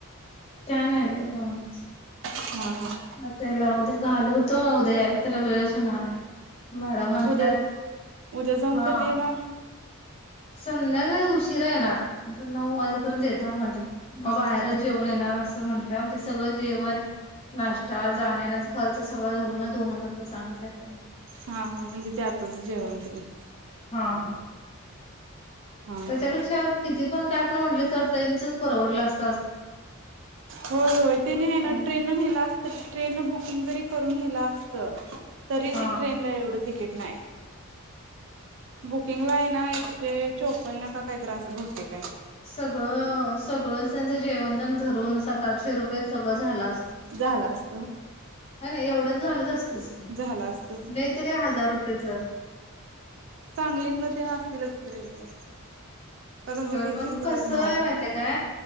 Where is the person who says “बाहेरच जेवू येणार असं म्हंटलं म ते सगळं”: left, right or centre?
Left